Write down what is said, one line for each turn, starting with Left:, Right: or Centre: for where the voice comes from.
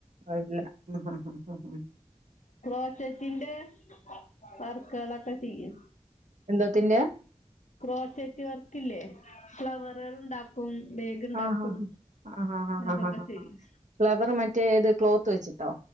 Right: പോവലില്ല ഹ ഹ ഹ
Left: ക്ലോസറ്റിന്റെവർക്ക് കളൊക്കെ ചെയ്യും
Right: എന്തോത്തിന്റെ യാ
Left: ക്രോച്ചറ്റ് വർക്കല്ലേ ഫ്ലവറുകള് ഇണ്ടക്കു ക്കും ബേഗ്ണ്ടാക്കും
Right: ആഹ് ആഹ് ആഹ് ആഹ്
Left: അതൊക്കെ
Right: ആഹ് ആഹ്
Left: ചെയ്യും
Right: ആഹ് ഫ്ലവർ മറ്റേ ഇത് ക്ലോത്ത് വെച്ചിട്ടോ